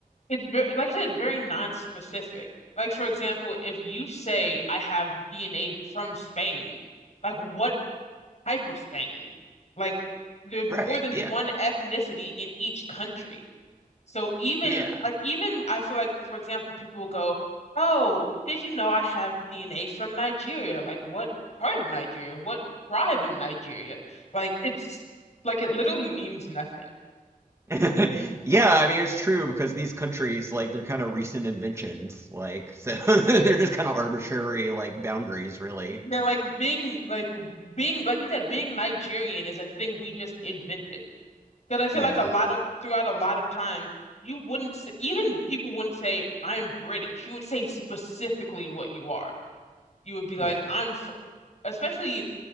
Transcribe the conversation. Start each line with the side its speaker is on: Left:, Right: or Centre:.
Left: it's very like I said, it's very non-specific. Like for example, if you say I have DNA from Spain, like what type of Spain? Like there's more
Right: Right.
Left: than
Right: Yeah.
Left: one ethnicity in each country. So even
Right: Yeah.
Left: like even I feel like for example, people will go, "Oh, did you know I have DNA from Nigeria? Like what part of Nigeria? What tribe in Nigeria?" Like it's like it literally means nothing.
Right: <laughs> Yeah, I mean it's true because these countries like they're kind of recent inventions, like so <laughs> they're just kind of arbitrary like boundaries, really.
Left: Yeah, like being like being like you said, being Nigerian is a thing we just invented. Because I feel
Right: Yeah.
Left: like a lot of throughout a lot of time, you wouldn't s- even people wouldn't say I'm British. You would say specifically what you are. You would be like
Right: Yeah.
Left: I'm fr-, especially